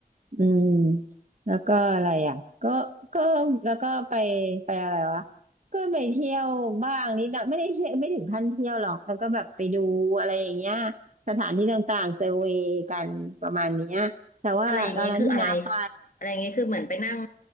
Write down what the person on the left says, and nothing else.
อะไรอย่างนี้คืออะไรอะไรอย่างนี้คือเหมือนไปนั่ง